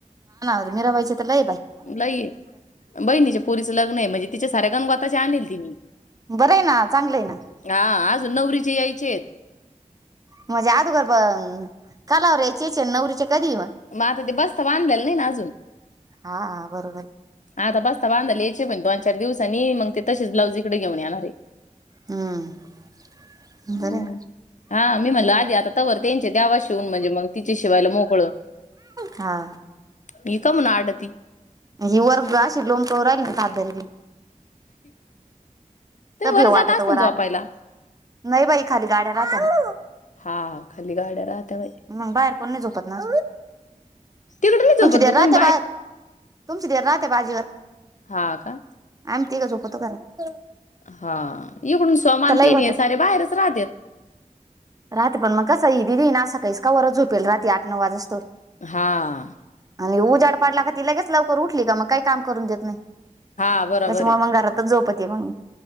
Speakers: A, on the right (about 25°); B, on the left (about 65°).
A: मीराबाईच तर लय बाय
B: लई बहीनीच्या पुरीचं लग्न आहे म्हणजे तिच्या साऱ्या गणवताचे आणेल तिनी.
A: बरं ये ना चांगल ये ना.
B: आ आजून नवरीचे यायचेत.
A: म्हणजे आदोगर ब कलवरी याचेच नवरीचे कधी म.
B: म आता ते बसता बांधलेला नाही ना अजून.
A: हा हा बरोबर.
B: आता बसता बांधायला यायचे पण, दोन चार दिवसांनी मग ते तसेच ब्लाऊज इकडे घेऊन येणारे.
A: हम्म
B: हम्म.
A: बरे
B: हा मी म्हणल आधी आता तवर त्यांचे द्यावा शिवून म्हणजे मग तिचे शिवायला मोकळ
A: हा
B: ही का म्हण आडती.
A: ही वर ब्रा अशी लोमकत राहिली सातरारी
B: ते
A: तर भेव
B: वर
A: वाटत
B: जात असन झोपायला.
A: आले नाही बाई खाली गाड्या राहतात.
B: हा खाली गाड्या राहत्या बाई.
A: मंग बाहेर कोण नाही झोपत ना.
B: तिकडे नाही
A: तुमची
B: झोपत
A: <unintelligible>
B: का
A: राहते
B: कोणी
A: बाहेर तुमची <unintelligible> राहते भाजीवर.
B: हा का
A: आम्ही तिघ झोपतो घरात.
B: हा इकडून समान तेने
A: होतं
B: सारे बाहेरच राहतेत.
A: राहते पण मग कसं ही दिदी ना सकाळीस कावर झोपेल रात आठ नऊ वाजोसतर.
B: हा
A: आणि उजाड पाडला का ति लगेच लवकर उठली का मग काही काम करून देत नाही.
B: हा. बरोबर
A: त्याच्यामुळे
B: आहे.
A: मंग घरातच झोपती मंग,